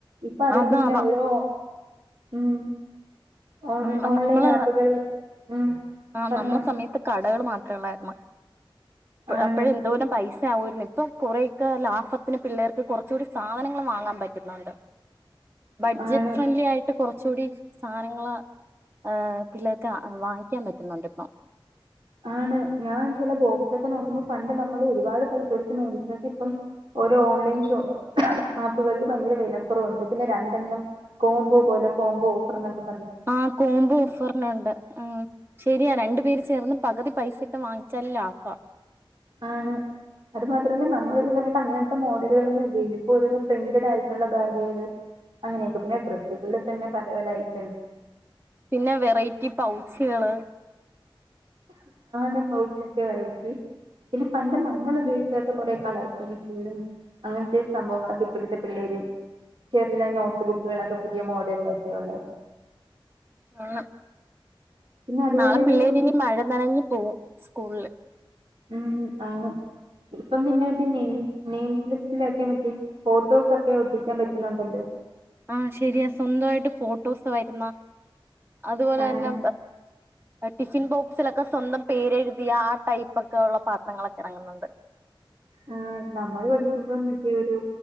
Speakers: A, on the right (about 65°); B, on the right (about 25°).
A: ഇപ്പൊ അതൊക്കെ
B: അതാതാ
A: എങ്ങനെ ഓരോ ഉം ഓൺ
B: നമ്മള
A: ഓൺലൈൻ ആപ്പുകളിൽ ഉം
B: ആ
A: പറഞ്ഞോ
B: നമ്മുടെ സമയത്ത് കടകൾ മാത്ര ഉള്ള <unintelligible>
A: ആണ്
B: അപ്പോഴ എന്ത പോലെ പൈസ <unintelligible> ഇപ്പൊ കുറയൊക്കെ ലാഭത്തിന് പിള്ളേർക്ക് കുറച്ച കൂടി സാധനങ്ങൾ വാങ്ങാൻ പറ്റുന്നുണ്ട് ബഡ്ജറ്റ്
A: ആണ്
B: ഫ്രണ്ട്ലി ആയിട്ട് കുറച്ച കൂടി സാധനങ്ങളാ ആ പിള്ളേർക്ക് വാങ്ങിക്കാൻ പറ്റുന്നുണ്ട് ഇപ്പൊ
A: ആണ് ഞാൻ ചില ബോക്സൊക്കെ നോക്കുമ്പോൾ പണ്ട് നമ്മള് ഒരുപാട് പൈസ കൊടുത്ത് മേടിച്ചൊക്കെപ്പം ഓരോ ഓൺലൈൻ ഷോ ആപ്പുകളിൽ ഭയങ്കര വിലക്കുറവുണ്ട് പിന്നെ രണ്ടെണ്ണം കോംബോ പോലെ കോമ്പോ ഓഫർന്നൊക്കെ
B: ആ കോമ്പോ ഓഫറിനുണ്ട് ശരിയാ രണ്ടു പേര് ചേർന്ന് പകുതി പൈസ ഇട്ട് വാങ്ങിച്ചാല ലാ ഭാ
A: ആണ് അത് മാത്രല്ല നമ്മള <unintelligible> അങ്ങനത്തെ മോഡലുകളൾന്നല്ല ഇപ്പൊ ഒരു പ്രിന്റഡ് ആയിട്ടുള്ള ബാഗുകള് അങ്ങനെയൊക്കെ പിന്നെ ഡ്രസുകൾതന്നെ പല പല ഐറ്റംസ്
B: പിന്നെ വെറൈറ്റി പൗച്ചികള്
A: നെ പൗച്ചൊക്കെ വെറൈററ്റി പിന്നെ പണ്ട് നാള നമ്മൾ ഉപയഴിക്കാത്ത കുറെ കളർ പെൻസിലും അങ്ങനത്തെ സംഭവങ്ങളൊക്കെ ഇപ്പോഴത്തെ പിള്ളേര് ചെറിയ നോട്ട് ബുക്കുകളൊക്കെ പുതിയ മോഡലൊക്കെയ ഉള്ളത്
B: ആ
A: പിന്നെ അതുപോലെ
B: നാളെ
A: തന്നെ
B: പിള്ളേരി
A: ഇപ്പം
B: മഴ നനഞ് പോവും സ്കൂളില്
A: ഉം ആണ്. ഇപ്പം പിന്നെ മറ്റേ നെയിം നെയിം സ്ലിപ്പിലൊക്കെ മറ്റേ ഫോട്ടോസൊക്കെ ഒട്ടിക്കാൻ പറ്റ്ന്നുണ്ടല്ലോ
B: ആ ശരിയാ സ്വന്തവായിട്ട് ഫോട്ടോസ് വര്ന്ന അത്പോലെ
A: ആണ്
B: തന്നെ ടിഫിൻ ബോക്സിലൊക്കെ സ്വന്തം പേരെഴുതിയ ആ ടൈപ്പ് ഒക്കെ ഒള്ള പാത്രങ്ങളൊക്കെ എറങ്ങുന്ന്ണ്ട്.
A: ആ നമ്മള് പഠിക്കുമ്പോ മറ്റേ ഒരു